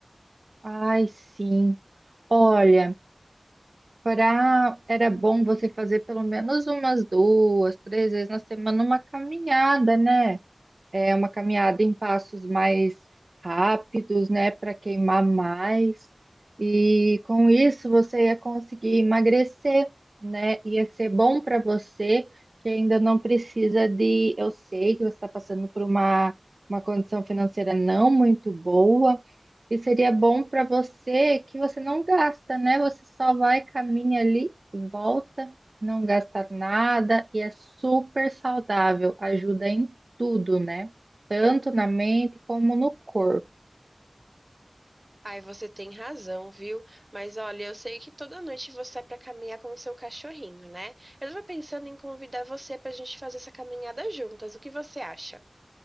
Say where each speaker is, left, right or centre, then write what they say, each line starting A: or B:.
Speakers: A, on the right; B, on the right.
A: Ai, sim. Olha, pra... era bom você fazer pelo menos umas duas, três vezes na semana uma caminhada, né? É uma caminhada em passos mais rápidos, né, para queimar mais. E com isso você ia conseguir emagrecer, né? Ia ser bom para você que ainda não precisa de. Eu sei que você está passando por uma, uma condição financeira não muito boa, e seria bom para você que você não gasta, né? Você só vai, caminha ali, volta, não gasta nada e é super saudável, ajuda em tudo, né? Tanto na mente como no corpo.
B: Ai, você tem razão, viu? Mas olha, eu sei que toda noite você é pra caminhar com o seu cachorrinho, né? Eu tava pensando em convidar você pra gente fazer essa caminhada juntas. O que você acha?